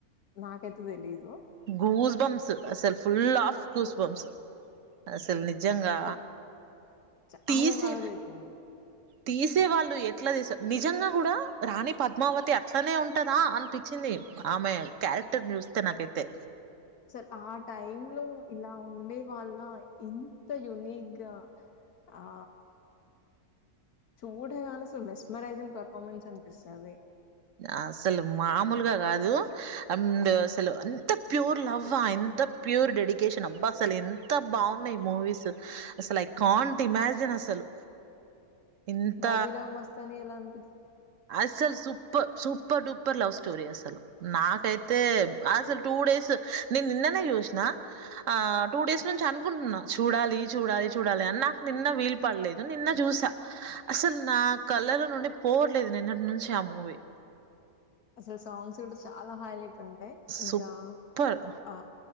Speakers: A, on the left (about 80°); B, on the right (about 60°).
A: నాకైతే తెలిదు
B: గూస్ బంస్ అసలు ఫుల్ ఆఫ్ గూస్ బంస్ అసలు
A: హ్మ్.
B: నిజంగా
A: అసలు చాలా
B: తీసే
A: బాగా జతుంది
B: తీసే వాళ్ళు ఎట్లా తీసారు నిజంగా కూడా రాణి పద్మావతి అట్లనే ఉంటదా అనిపించింది ఆమె క్యారెక్టర్ ని చూస్తే నాకైతే
A: సార్ ఆ టై లో ఇలా ఉండే వాళ్ళ ఇంత యునీక్గా ఆ చూడగానే అసలు మెస్మరైజింగ్ పర్ఫార్మెన్స్ అనిపిస్తుంది
B: అసలు మామూలుగా కాదు అండ్ అసలు అంత ప్యూర్ లవ్ ఎంత ప్యూర్ డెడికేషన్ అబ్బా అసలు ఎంత బాగున్నాయి మూవీస్ అసలు ఐ కాంట్ ఇమాజిన్ అసలు ఇంత
A: బజీరావ మస్తని ఎలా అ
B: అసలు సూ సూపర్ డూపర్ లవ్ స్టోరీ అసలు నాకైతే అసలు టూ డేస్ నేను నిన్ననే చూసిన ఆ టూ డేస్ నుంచి అనుకుంటున్నా చూడాలి చూడాలి చూడాలి అని నాకు నిన్న వీలుపడలేదు నిన్న చూసా అసలు నా కలలనుండి లేదు నిన్నటి నుంచ ఆ మూవీ
A: అసలు సాంగ్స్ కూడా చాలా హైలైట్ ఉంటాయి ఇంకా
B: సూపర్
A: ఆ